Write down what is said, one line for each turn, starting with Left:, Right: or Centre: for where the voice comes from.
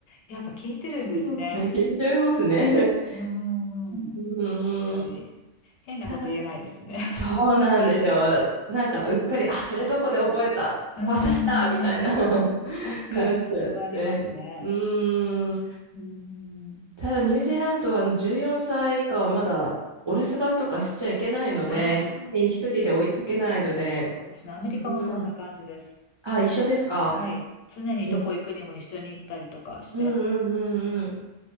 Left: やっぱ聞いてるんですね。
Right: いち聞いてますね。
Left: うんうんうん。
Right: うーん。
Left: 確かに。変なこと言えないですね。
Right: ただ、そうなんですよ。なんか、うっかり、あ、それどこで覚えた私だみたいな
Left: <laughs> うんうんうん。
Right: <laughs>
Left: 確かにそれはありますね。
Right: なっちゃって。うーん。
Left: うん。
Right: ただニュージーランドはあの14歳以下はまだお留守番とかしちゃいけないので、
Left: あ
Right: ひ一人で置いとけないので、
Left: あ、そうですね。アメリカもそんな感じです。
Right: うん。あ、一緒ですか
Left: はい。常にどこ行くにも一緒に行ったりとかして。
Right: じゃ、うんうんうんうん。